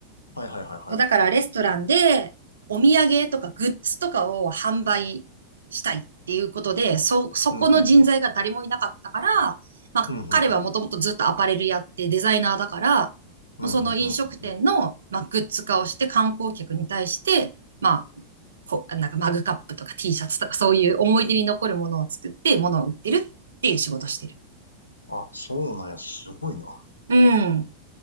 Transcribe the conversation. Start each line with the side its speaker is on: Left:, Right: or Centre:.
Left: はいはいはいはい。
Right: そうだからレストランでお土産とかグッズとかを販売したいっていうことで、そ、そこの人材が誰もいなかったから、
Left: うん、うん、うん。
Right: まあ彼はもともとずっとアパレルやってデザイナーだから、
Left: うん、うん、うん。うん、
Right: まあその飲食店の、
Left: うん、うん。うんうん
Right: まあ、グッズ化をして観光客に対して、まあ、こ、なんかマグカップとか T シャツとかそういう思い出に残るものを作って物を売ってるっていう仕事をしてる。
Left: あ、そうなんや、すごいな。
Right: うん。